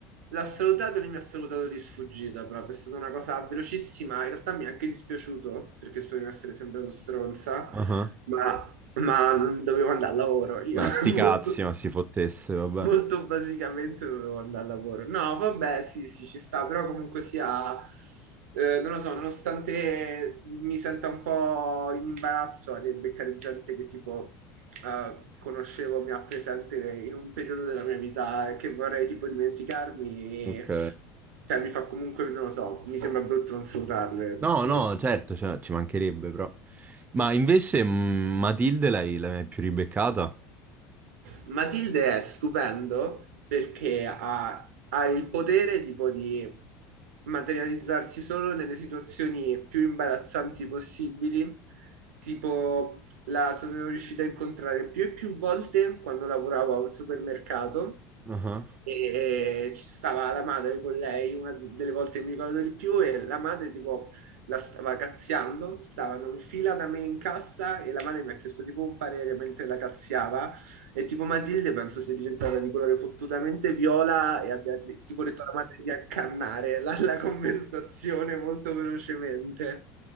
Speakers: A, on the right; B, on the right.
A: l'ho salutato e lui mi ha salutato di sfuggita, proprio, è stata una cosa velocissima, in realtà mi è anche dispiaciuto, perché spero di non essere sembrato stronza,
B: Ah,
A: ma, ma non dovevo andare al lavoro, io
B: Ma
A: <laughs>
B: sti cazzi,
A: molto
B: ma si fottesse, vabbè.
A: molto basicamente dovevo andare al lavoro. No, vabbè, sì, sì, ci sta, però comunque sia, eh, non lo so, nonostante mi senta un po' in imbarazzo a beccare gente che tipo eh, conoscevo, mi ha presente in un periodo della mia vita e che vorrei tipo dimenticarmi,
B: Ok.
A: cioè mi fa comunque, non lo so, mi sembra brutto non salutarle
B: No,
A: in
B: no,
A: ogni
B: certo, cioè, ci mancherebbe, però. Ma invece, mh, Matilde l'hai l'hai mai più ribeccata?
A: Matilde è stupendo perché ha, ha il potere tipo di materializzarsi solo nelle situazioni più imbarazzanti possibili. Tipo, la sono riuscita a incontrare più e più volte quando lavoravo a un supermercato
B: Ah.
A: e e ci stava la madre con lei, una delle volte che mi ricordo di più, e la madre tipo la stava cazziando, stavano in fila da me in cassa e la madre mi ha chiesto tipo un parere mentre la cazziava e tipo Matilde penso sia diventata di colore fottutamente viola e abbia de- tipo detto alla madre di accannare la, la conversazione molto velocemente.